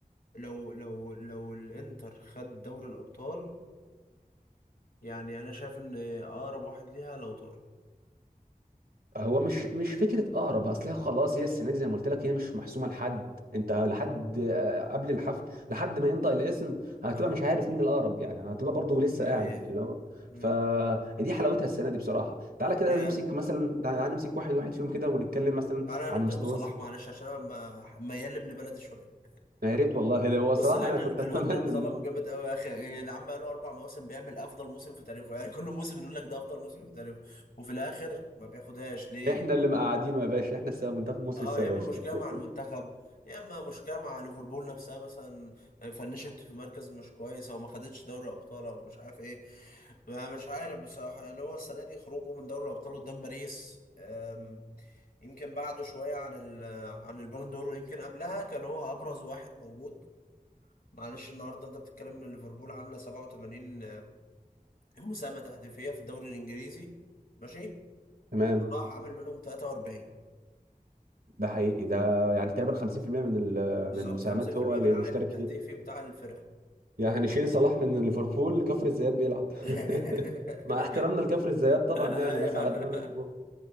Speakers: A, on the left (about 80°); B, on the right (about 85°).
A: لو لو لو الانتر خد دوري الابطال يعني انا شايف ان اقرب واحد ليها لو طار
B: هو مش مش فكره اقرب اصل هي خلاص هي السنه دي زي ما قلت لك هي مش محسومه لحد انت لحد آه، قبل الحفل لحد ما ينطق الاسم هتبقى
A: اه
B: مش عارف مين الاقرب يعني هتبقى برضو لسه
A: دي حقيقة
B: قاعد اللي هو
A: امم
B: فدي حلاوتها السنه دي بصراحه تعالى كده
A: يا
B: نمسك مثلا تعالى نمسك واحد واحد فيهم كده ونتكلم مثلا
A: تعالى
B: عن
A: نبدأ
B: مستوى
A: بصلاح
B: السنة.
A: معلش عشان انا ب- ميال لابن بلدي شوية <laughs>
B: يا ريت والله لو هو صراحه
A: بص لأن
B: انا كنت
A: ال-
B: اتمنى
A: الواد ده اتظلم
B: ان هو
A: جامد قوي يا أخي يعني العم بقى له أربع مواسم بيعمل أفضل موسم في تاريخه يعني كل موسم نقول لك ده أفضل موسم في تاريخه وفي الآخر ما بياخدهاش ليه؟
B: احنا اللي مقعدينه يا باشا احنا السبب منتخب مصر
A: اه
B: السبب
A: يا اما مشكله
B: <laughs>
A: مع المنتخب يا اما مشكله مع ليفربول نفسها مثلا فنشت في مركز مش كويس او ما خدتش دوري ابطال او مش عارف ايه ما مش عارف بصراحه يعني هو السنه دي خروجه من دوري الابطال قدام باريس آم، يمكن بعده شويه عن ال عن البالون دور يمكن قبلها كان هو ابرز واحد موجود معلش النهارده انت بتتكلم ان ليفربول عامله 87 مساهمه تهديفيه في الدوري الانجليزي ماشي
B: تمام
A: راح عامل منهم 43
B: ده حقيقي ده يعني تقريبا 50% من ال-
A: بالظبط
B: من المساهمات
A: 50%
B: هو اللي
A: من العائد
B: مشترك
A: التهديفي
B: فيها
A: بتاع الفرقه
B: يعني هنشيل صلاح من ليفربول كفر الزيات بيلعب <laughs>
A: <laughs>
B: مع احترامنا لكفر الزيات طبعا
A: ايوه
B: يعني ناس على دماغنا من فوق